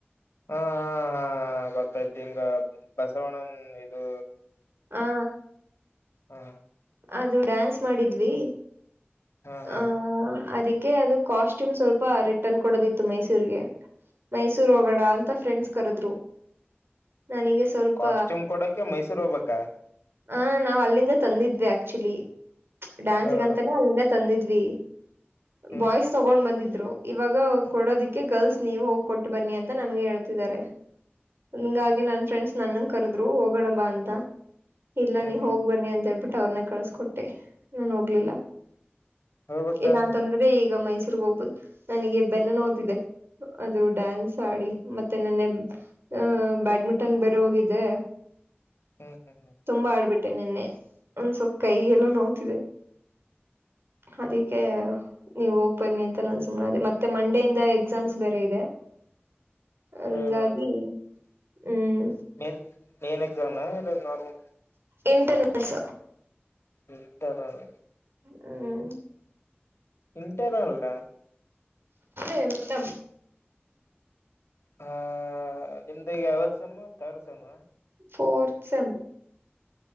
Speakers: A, on the left; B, on the right.
A: ಹಾ ಹಾ ಹಾ ಗೊತ್ತಾಯ್ತಿ ಹಿಂಗ ಬಸವಣ್ಣನ್ ಇದು
B: ಆ
A: ಹ್ಮ
B: ಅದು ಡ್ಯಾನ್ಸ್ ಮಾಡಿದ್ವಿ
A: ಹಾ ಹಾ
B: ಆ ಅದಕ್ಕೆ ಅದು ಕಾಸ್ಟ್ಯೂಮ್ ಸ್ವಲ್ಪ ರಿಟರ್ನ್ ಕೊಡೋದಿತ್ತು ಮೈಸೂರ್ರಿಗೆ ಮೈಸೂರ್ ಹೋಗೋಣ ಅಂತ ಫ್ರೆಂಡ್ಸ್ ಕರೆದ್ರು ನನಗೆ ಸ್ವಲ್ಪ
A: ಕಾಸ್ಟ್ಯೂಮ್ ಕೊಡೋಕೆ ಮೈಸೂರು ಹೋಗ್ಬೇಕಾ
B: ಹ ನಾವ್ ಅಲ್ಲಿಂದ ತಂದಿದ್ವಿ ಆಕ್ಚುಲಿ ಡ್ಯಾನ್ಸ್ಗ
A: ಹಾ
B: ಅಂತಾನೆ ಅಲ್ಲಿಂದ ತಂದಿದ್ವಿ
A: ಹ್ಮ್
B: ಬಾಯ್ಸ್ ತಗೊಂಡ್ ಬಂದಿದ್ರು ಇವಾಗ ಕೊಡೋದಿಕ್ಕೆ ಗರ್ಲ್ಸ್ ನೀವು ಹೋಗ್ ಕೊಟ್ಟು ಬನ್ನಿ ಅಂತ ನಮ್ಗೆ ಹೇಳ್ತಿದ್ದಾರೆ ಹಂಗಾಗಿ ನನ್ ಫ್ರೆಂಡ್ಸ್ ನನ್ಂಗ ಕರ್ದ್ರು ಹೋಗೋಣ ಬಾ ಅಂತ ಇಲ್ಲ
A: ಹ್ಮ್
B: ನೀ
A: ಹ್ಮ್
B: ಹೋಗ್ಬನ್ನಿ ಅಂತ ಹೇಳ್ಬಿಟ್ಟು ಅವ್ರನ್ನ ಕಳ್ಸ್ಕೊಟ್ಟೆ ನೀನ್ ಹೋಗ್ಲಿಲ್ಲ
A: ಹೋಗ್ಬೇಕ್
B: ಇಲ್ಲ
A: ತಾನೆ
B: ಅಂತಂದ್ರೆ ಈಗ ಮೈಸೂರ್ ಹೋಗ್ಬೋುದು ನನಗೆ ಬೆನ್ನು ನೋತಿದೆ ಅದು ಡ್ಯಾನ್ಸ್ ಆಡಿ ಮತ್ತೆ ನನ್ನೆ ಹ ಬ್ಯಾಡ್ಮಿಂಟನ್ ಬೇರೆ ಹೋಗಿದ್ದೆ
A: ಹ್ಮ್ ಹ್ಮ್ ಹ್ಮ್
B: ತುಂಬಾ ಆಡ್ಬಿಟ್ಟೆ ನಿೆನ್ನೆ ಒಂದ ಸ್ವಲ್ಪ ಕೈ ಎಲ್ಲ ನೋ್ತಿದೆ ಅದಕ್ಕೆ ನೀವ್ ಹೋಗ್ಬನ್ನಿ ಅಂತ ನನ್ ಸುಮ್ನೆ ಅೇ ಮತ್ತೆ ಮಂಡೆಯ ಇಿಂದ ಎಕ್ಸಾಮ್ಸ್ ಬೇರೆ ಇದೆ ಹಂಗಾಗಿ
A: ಹಾ ಹಾ
B: ಹ್ಮ್
A: ಮೆ ಮ ಏನ್ ಎಕ್ಸಾಮ ಇಲ್ಲ ನಾರ್ಮಲ್
B: ಇಂಟರ್ನಲ್ಸ್
A: ಇಂಟರ್ನಲ್
B: ಹ್ಮ್
A: ಇಂಟರರ್ ಗ
B: ಅಂದ್ರೆ
A: ಹಾ ನಿಮ್ದ ಯಾವ ಸೇಮ್ ಥರ್ಡ್ ಸೇಮ್ ಹ
B: ಫೋರ್ತ್ ಸೇಮ್